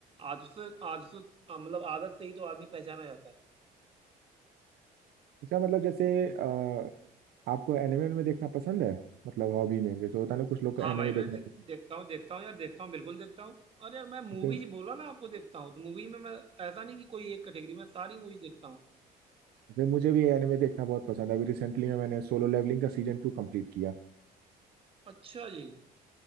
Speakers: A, on the right (about 35°); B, on the right (about 70°).
A: आदत से आदत से आ, मतलब आदत से ही तो आदमी पहचाना जाता है
B: अच्छा मतलब जैसे अ, आपको एनिमे में देखना पसंद है मतलब हॉबी में जैसे होता है ना कुछ लोग को
A: हाँ
B: एनिमे
A: भाई
B: देखना
A: मैं देख,
B: पसंद
A: देखता हूँ देखता हूँ यार देखता हूँ बिल्कुल देखता हूँ और यार मैं मूवीज
B: है,
A: बोला ना आपको देखता हूँ तो मूवी में मैं ऐसा नहीं कि कोई एक कैटेगरी में सारी मूवीज देखता हूँ
B: वैसे मुझे भी एनिमे देखना बहुत पसंद है अभी रिसेंटली में मैंने सोलो लेवलिंग का सीजन टू कंप्लीट किया
A: अच्छा जी